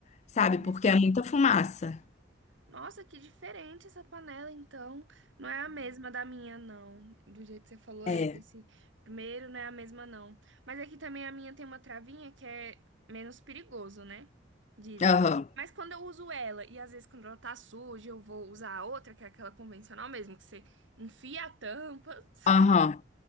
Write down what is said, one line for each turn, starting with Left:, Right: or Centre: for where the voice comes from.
Left: sabe?
Right: É.
Left: Porque é muita fumaça.
Right: Nossa, que diferente essa panela, então. Não é a mesma da minha, não. Do jeito que você falou aí,
Left: É, é.
Right: desse primeiro, não é a mesma, não. Mas aqui também a minha tem uma travinha que é menos perigoso, né? Dizem.
Left: Aham,
Right: Mas quando eu uso ela, e às vezes quando ela tá suja, eu vou usar a outra, que é aquela convencional mesmo, que você enfia a tampa. <laughs>
Left: aham.